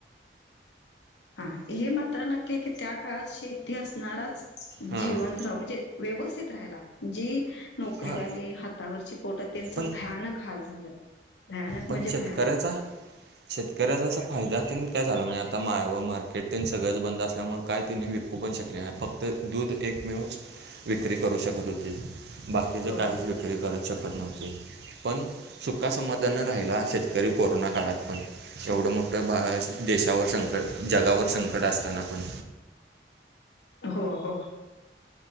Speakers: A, on the left (about 85°); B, on the right (about 70°).
A: हा, हे मात्र नक्की की त्या काळात शेती असणाराच.
B: हां
A: जीवंत राहू, म्हणजे व्यवस्थित राहायला जी नोकरीवाले,,
B: हां
A: हातावरची पोटं, त्यांचं
B: पण
A: भयानक हाल झालं, भयानक
B: पण
A: म्हणजे
B: शेतकऱ्याचा
A: भयानक.
B: शेतकऱ्याचा असं फायद्यातन काय झाला नाही, आता माळं मार्केट ते सगळंच बंद असल्यामुळं काय तिने विकू पण शकले नाही,, फक्त दूध एकमेवच विक्री करू शकत होतीत बाकीचे
A: हो
B: काहीच विक्री करू शकत नव्हते, पण सुका समाधान राहिला शेतकरी कोरोना काळात पण,, एवढं मोठं बाहेर देशावर संकट, जगावर संकट असताना पण.
A: हो हो.